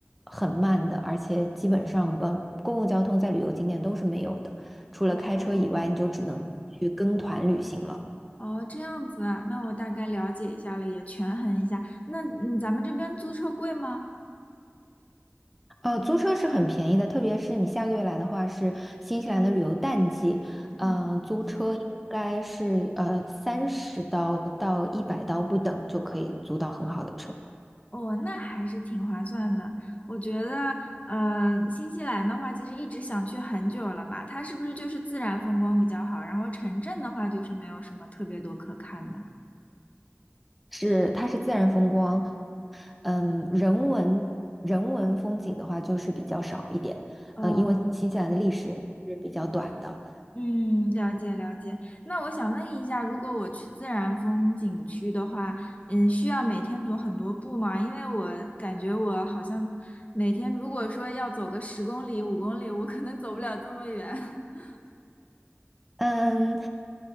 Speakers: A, in the centre; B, on the left.
A: 很慢的，而且基本上呃，公共交通在旅游景点都是没有的，除了开车以外，
B: 哦，
A: 你就只能去跟团旅行了。
B: 哦，这样子啊，那我大概了解一下了，也权衡一下。那嗯，咱们这边租车贵吗？
A: 呃，租车是很便宜的，特别是你下个月来的话，是新西兰的旅游淡季，
B: 嗯，
A: 呃，租车应该是呃三十刀到一百刀不等就可以租到很好的车。
B: 哦，那还是挺划算的。我觉得，呃，新西兰的话，其实一直想去很久了嘛，它是不是就是自然风光比较好？然后城镇的话，就是没有什么特别多可看的。
A: 是，它是自然风光，嗯，人文人文风景的话就是比较少一点，
B: 哦，
A: 嗯，因为新西兰的历史是比较短的，
B: 嗯，了解了解。那我想问一下，如果我去自然风景区的话，嗯，需要每天走很多步吗？因为我感觉我好像每天如果说要走个十公里、五公里，我可能走不了这么远。<laughs>
A: 嗯，